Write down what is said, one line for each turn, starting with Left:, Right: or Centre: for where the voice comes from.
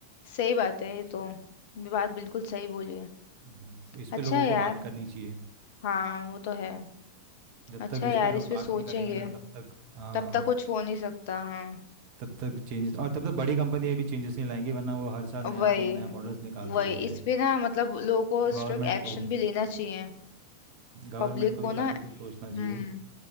Left: सही बात है ये तो ये बात बिल्कुल सही बोली है
Right: हम्म, तो इस
Left: अच्छा
Right: पे लोगों
Left: है
Right: को
Left: यार
Right: बात करनी चाहिए
Left: हाँ वो तो है
Right: जब
Left: अच्छा
Right: तक
Left: है
Right: इस
Left: यार
Right: पे लोग
Left: इस पे
Right: बात
Left: सोचेंगे
Right: नहीं करेंगे ना तब तक हाँ
Left: तब तक कुछ हो नहीं सकता हाँ
Right: तब तक चेंजेस और तब तक बड़ी कंपनियां भी चेंजेस नहीं लाएंगी वरना वो हर साल
Left: वही
Right: नया फ़ोन नया मॉडल्स निकालती
Left: वही
Right: लेके
Left: इस
Right: आएगी
Left: पे ना मतलब लोगों को
Right: गवर्नमेंट
Left: स्ट्रिक्ट एक्शन
Right: को
Left: भी लेना चाहिए
Right: गवर्नमेंट
Left: पब्लिक
Right: को
Left: को
Right: भी
Left: ना
Right: काफ़ी कुछ सोचना
Left: हम्म
Right: चाहिए